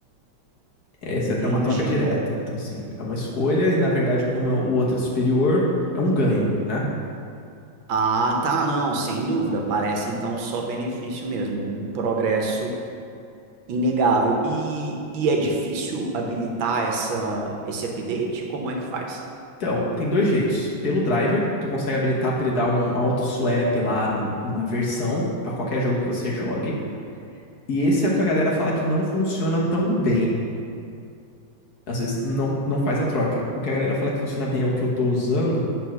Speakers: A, on the left; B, on the right.
A: Essa
B: Entendi.
A: é uma troca direta. Então, assim, é uma escolha, e na verdade, como o outro é superior, é um ganho, né?
B: Ah, tá, não, sem dúvida. Parece então só benefício mesmo, um progresso Inegável. E, e é difícil habilitar essa, esse update? Como é que faz?
A: Então, tem dois jeitos. Pelo driver, tu consegue habilitar para ele dar um auto swap lá no- na versão, para qualquer jogo que você jogue. E esse é o que a galera fala que não funciona tão bem. Às vezes não, não faz a troca. O que a galera fala que funciona bem é o que eu tô usando.